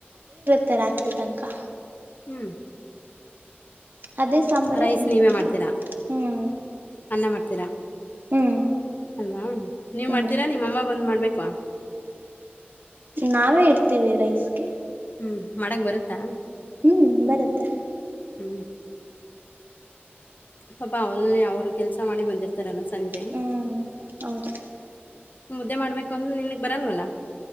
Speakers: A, on the right; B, on the left.
A: ತ ರಾತ್ರಿ ತನಕಾ
B: ಹ್ಮ
A: ಅದೇ ಸಾಂಬಾರೇ
B: ರೈಸ್
A: ತಿಂತೀವಿ
B: ನೀವೇ ಮಾಡ್ತೀರಾ
A: ಹ್ಮ್
B: ಅನ್ನ ಮಾಡ್ತೀರಾ
A: ಹ್ಮ್
B: ಅಲ್ವಾ ನೀವು
A: ಹ್ಮ್
B: ಮಾಡ್ತೀರಾ ನಿಮ್ಮಮ್ಮ ಬಂದು ಮಾಡಬೇಕೊ.
A: ನಾವೇ ಇಡ್ತೀವಿ ರೈಸ್ಗೆ.
B: ಹ್ಮ ಮಾಡಕ್ ಬರುತ್ತಾ.
A: ಹ್ಮ್ ಬರುತ್ತೆ
B: ಹ್ಮ ಪಾಪಾ ಅವಲ್ ಅವರು ಕೆಲ್ಸ ಮಾಡಿ ಬಂದಿರ್ತಾರಲ್ಲ. ಸಂಜೆ
A: ಹ್ಮ್ ಹೌದು
B: ಮುದ್ದೆ ಮಾಡ್ಬೇಕು ಅಂದ್ರೆ ನಿನ್ಗ್ ಬರಲ್ವಲ್ಲ.